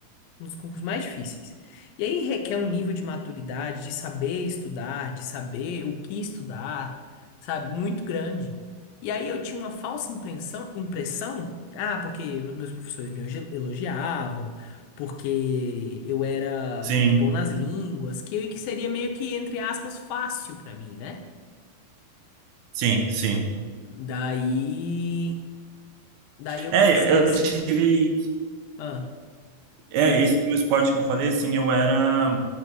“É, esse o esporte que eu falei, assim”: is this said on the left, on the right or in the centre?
Right